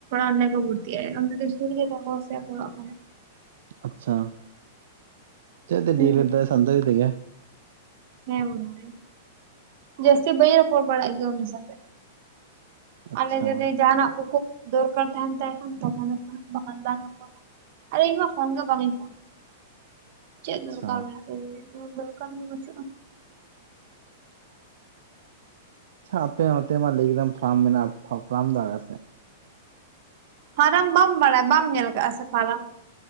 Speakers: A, on the right (about 55°); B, on the right (about 75°).
A: <unintelligible> ᱱᱮ ᱠᱳ ‌ᱵᱷᱩᱨᱛᱤ ᱮ ᱮᱜ ᱠᱟᱱ ᱚᱸᱰᱮ ᱥᱩᱨ ᱜᱮ ᱫᱚᱦᱚ ᱥᱮ ᱠᱳ ᱲᱟᱜ ᱠᱷᱚᱱᱮ᱾
B: ᱟᱪᱪᱷᱟ ᱪᱮᱜ ᱛᱮᱭ
A: ᱦᱩᱸ
B: ᱰᱤᱭᱮ ᱞᱮᱴ ᱫᱟᱭ ᱥᱟᱱᱛᱟᱞᱤ ᱛᱮ ᱜᱮ᱾
A: ᱦᱮᱸ ᱚᱱᱟ ᱜᱮ ᱡᱟᱹᱥᱛᱤ ᱵᱟᱹᱧ ᱨᱚᱯᱚᱲ ᱵᱟᱲᱟᱜ ᱜᱮᱭᱟ ᱩᱱᱤ‌ ᱥᱟᱣᱛᱮ᱾
B: ᱟᱪᱪᱷᱟ
A: ᱟᱞᱮ ᱡᱩᱫᱤ ᱡᱟᱦᱟᱸ ᱱᱟᱜ ᱠᱩᱼᱠᱩ ᱫᱚᱨᱠᱟᱨ ᱛᱟᱦᱮᱸᱱ ᱛᱟᱭ ᱠᱷᱟᱱ ᱛᱚᱠᱷᱚᱱᱮ ᱯᱷᱳᱱᱟ ᱵᱟᱠᱷᱟᱱ ᱵᱟᱝᱮ ᱯᱷᱳᱱᱟ ᱟᱨ ᱤᱧ ᱢᱟ ᱯᱷᱚᱱ ᱜᱮ ᱵᱟᱝᱤᱧ ᱯᱷᱳᱱᱟ᱾ ᱪᱮᱜ
B: ᱟᱪᱪᱷᱟ
A: ᱫᱚᱨᱠᱟᱨ ᱢᱮᱱᱟᱜ ᱛᱟᱭᱟ ᱡᱤ ᱫᱚᱨᱠᱟᱨ ᱜᱮ ᱵᱟᱹᱪᱩᱜ-ᱟ᱾
B: ᱟᱪᱪᱷᱟ ᱟᱯᱮ ᱱᱚᱛᱮ ᱢᱟ ᱞᱟᱹᱭ ᱠᱮᱫᱟᱢ ᱯᱷᱨᱟᱢ ᱢᱮᱱᱟᱜ-ᱟ ᱯᱷᱚ ᱯᱷᱨᱟᱢ ᱫᱟᱜ ᱥᱮ?
A: ᱯᱷᱟᱨᱟᱢ ᱵᱟᱢ ᱵᱟᱲᱟᱭᱟ ᱵᱟᱢ ᱧᱮᱞ ᱠᱟᱜ-ᱟ ᱥᱮ ᱯᱷᱟᱨᱟᱢ,